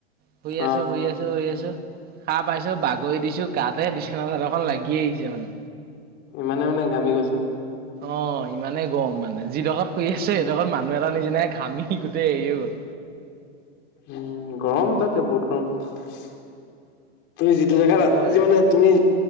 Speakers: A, on the right; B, on the left.
A: শুই আছো,
B: অ
A: শুই আছো, শুই আছো শাৰ পাইছো বাগৰি দিছো গাত এ বিছনা চাদৰখন লাগিয়ে আহিছে মানে।
B: ইমানে মানে ঘামি গইচো
A: অ' ইমানে গৰম মানে যি ডখৰত শোই আছে সেইডখৰত
B: উম
A: মানুহ এটা নিচিননা ঘামি সি গোটেই এৰিয়ে গ'ল।
B: উম, গৰম তাতে বহুত গৰম। তুমি যিটো জেগাত
A: নকবা
B: যি মানে তুমি